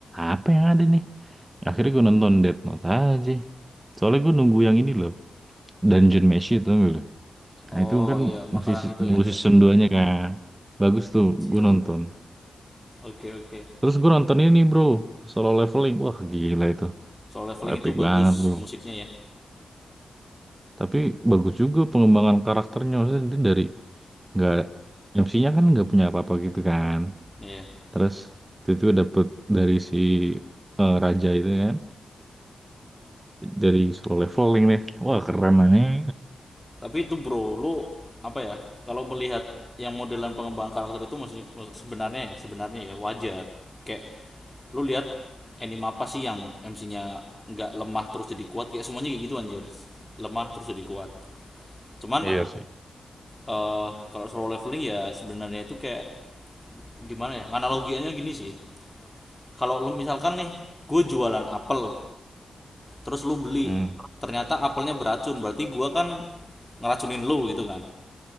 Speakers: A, on the right; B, on the left.
A: Apa yang ada nih? Akhirnya gue nonton Death Note aja. Soalnya gue nunggu yang ini loh, Dungeon Meshi itu Nah
B: oh
A: itu kan
B: iya makanan
A: masih se-
B: itu
A: nunggu
B: ya
A: season duanya kan. Bagus tuh,
B: Anjir.
A: gue nonton.
B: oke oke
A: Terus gue nonton ini bro, solo leveling. Wah gila itu,
B: soal leveling
A: epic
B: itu bagus
A: banget bro.
B: musiknya ya
A: Tapi bagus juga pengembangan karakternya. Maksudnya dia dari nggak MC-nya kan nggak punya apa-apa gitu kan.
B: iya
A: Terus itu dapet dari si eh, raja itu kan, dari solo leveling deh. Wah keren nih
B: Tapi itu bro, lu apa ya? Kalau melihat yang modelan pengembangan karakter itu maksudnya maksud- sebenarnya ya, sebenarnya ya wajar. Kayak lu lihat anime apa sih yang MC-nya nggak lemah terus jadi kuat? Kayak semuanya kayak gitu anjir. Lemah terus jadi kuat. Cuman
A: Iya sih.
B: eh kalau solo leveling ya sebenarnya itu kayak gimana ya? Analogiannya gini sih. Kalau lu misalkan nih, gue jualan apel, terus lu beli,
A: Hmm.
B: ternyata apelnya beracun, berarti gua kan ngeracunin lu gitu kan